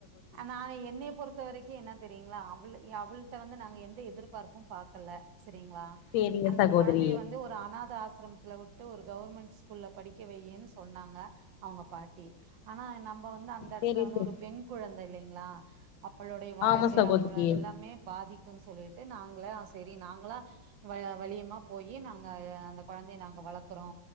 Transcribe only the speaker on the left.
சேரிங்க
சகோதரி
சேரி
சே
ஆமா சகோதரியே